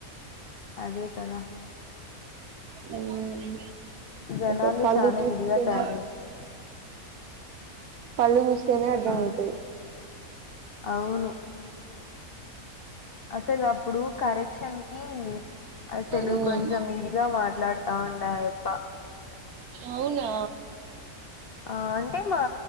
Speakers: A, on the left (about 65°); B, on the right (about 85°).
A: అదే కదా
B: మ్
A: జనాలు
B: అ పళ్ళు
A: చానా
B: చూస్తేనే
A: ఇదిగా తయారవుతారు
B: పళ్ళు చూస్తేనే అర్థం
A: ఆ
B: అవుతుది
A: అవును అసలు అప్పుడు కరెక్ క్షన్ కి అసలు
B: మ్మ్
A: కొంచెం ఇదిగా మాట్లాడుతుండే ఆయప్ప
B: అవునా
A: ఆ అంటే మా